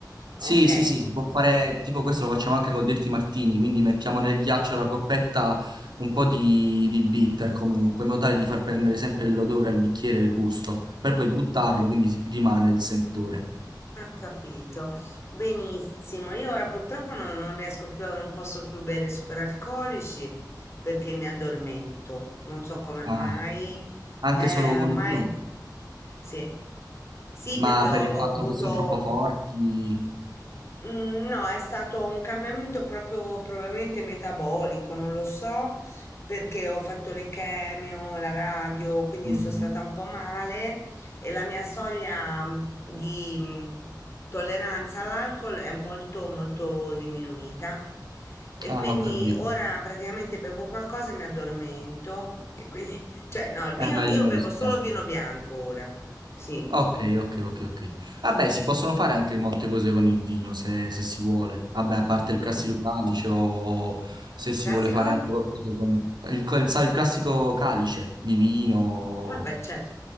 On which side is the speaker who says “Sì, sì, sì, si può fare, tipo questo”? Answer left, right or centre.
Right